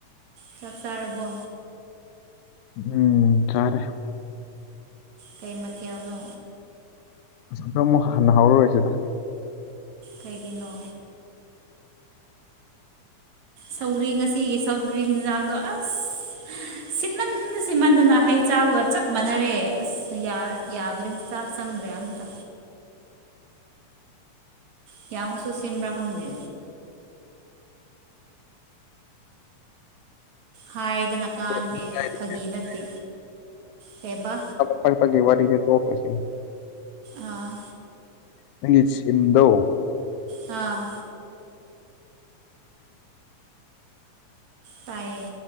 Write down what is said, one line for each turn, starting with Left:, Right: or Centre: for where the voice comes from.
Right: ꯆꯞ ꯆꯥꯔꯕꯣ
Left: ꯎꯝ ꯇꯥꯔꯦ
Right: ꯀꯩꯃꯊꯤꯅꯣ
Left: ꯑꯗ ꯑꯃꯨꯛ ꯍꯥꯟꯅ ꯍꯥꯎꯔꯁꯤꯦꯗ
Right: ꯂꯩꯒꯤꯅꯣ ꯁꯧꯔꯤ ꯉꯁꯤꯒꯤ ꯁꯧꯒꯔꯤ ꯌꯦꯤꯟꯖꯥꯡꯗꯣ ꯑꯁ ꯁꯤꯟꯃꯟꯗ ꯁꯤꯟꯃꯟꯗꯅ ꯍꯩ ꯆꯕꯒ ꯆꯞ ꯃꯥꯟꯅꯔꯦ ꯑꯁ ꯌꯥꯗ꯭ꯔꯦ ꯆꯥꯛ ꯆꯪꯗ꯭ꯔꯦ ꯑꯝꯇ ꯀꯌꯥꯃꯨꯛꯁꯨ ꯁꯤꯟꯕ꯭ꯔꯥ ꯈꯪꯗꯦ ꯍꯥꯏꯗꯅ ꯀꯥꯟꯗꯦ
Left: ꯑꯗꯨ ꯂꯥꯏꯔꯤ
Right: ꯐꯥꯒꯤ ꯅꯠꯇꯦ ꯁꯦꯕ
Left: ꯐ ꯄꯒꯤ ꯋꯥꯔꯤꯗꯦ ꯇꯣ ꯀꯣꯏꯁꯤ
Right: ꯑꯥ
Left: ꯅꯪꯒꯤ ꯁꯤꯝꯗꯣ
Right: ꯑꯥ ꯇꯥꯏꯌꯦ